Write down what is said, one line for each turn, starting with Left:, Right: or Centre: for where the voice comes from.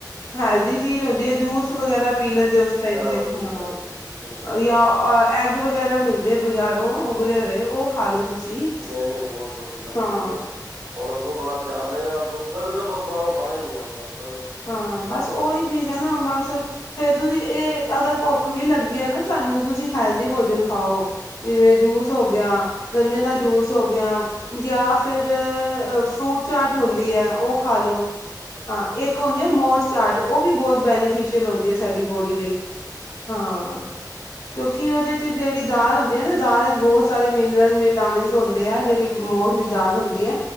Left: ਹੈਲਦੀ ਚੀਜ਼ ਹੁੰਦੀ ਐ ਜੂਸ ਵਗੈਰਾ ਪੀ ਲੈਂਦੇ ਉਸ ਟਾਈਮ ਤੇ
Right: ਵਾ ਠੀਕ
Left: ਹੂੰ।
Right: ਕਹਿ ਰਹੇ ਹੋ ਬਿਲਕੁਲ ਸਹੀ ਗੱਲ
Left: ਜਾਂ ਐਗ ਵਗੈਰਾ ਮਿਲਦੇ ਬਾਜ਼ਾਰ ਉਬਲੇ ਹੋਏ ਉਹ ਖਾ
Right: ਹੈ
Left: ਲੋੋ ਤੁਸੀਂ
Right: ਨਹੀਂ ਬਹੁਤ ਵੱਡੀ ਗੱਲ
Left: ਹਾਂ
Right: ਕੀਤੀ ਨੇ ਹੁਣ ਅੱਗੋਂ ਥੋੜਾ ਧਿਆਨ ਰਏਗਾ ਅਗੋ ਵੈਸੇ ਤਾਂ ਬਾਹਰੋਂ ਖਾਣਾ ਈ ਨਈ ਹੁਣ ਬਸ ਅੱਛਾ
Left: ਹਾਂ, ਬਸ ਉਹੀ ਚੀਜ਼ ਐ ਨਾ ਬਸ ਫੇਰ ਤੁਸੀਂ ਇਹ ਅਗਰ ਭੁੱਖ ਵੀ ਲੱਗੀ ਐ ਨਾ ਤੁਹਾਨੂੰ ਤੁਸੀਂ ਹੈਲਦੀ ਭੋਜਨ ਖਾਓ ਜਿਵੇਂ ਜੂਸ ਹੋ ਗਿਆ, ਗੰਨੇ
Right: ਅੱਛਾ
Left: ਦਾ ਜੂਸ ਹੋ ਗਿਆ ਜਾਂ ਫਿਰ ਫਰੂਟ ਚਾਟ ਹੁੰਦੀ ਐ ਉਹ ਖਾ ਲੋ। ਹਾਂ, ਇੱਕ ਹੁੰਦੀ ਐ ਮੋਠ ਚਾਟ ਉਹ ਵੀ ਬਹੁਤ ਬੈਨੀਫਿਸ਼ ਕੇ ਲਾਉਂਦੀ ਐ ਸਾਡੀ ਬੋਡੀ ਲਈ ਹਾਂ, ਕਿਉਂਕਿ ਉਹਦੇ ਚ ਜਿਹੜੀ ਦਾਲ ਹੁੰਦੀ ਐ ਨਾ ਦਾਲ ਬਹੁਤ ਸਾਰੇ ਮਿਨਰਲ ਵਿਟਾਮਿੰਨਸ ਹੁੰਦੇ ਆ ਜਿਹੜੀ ਮੋਠ ਦੀ ਦਾਲ ਹੁੰਦੀ ਐ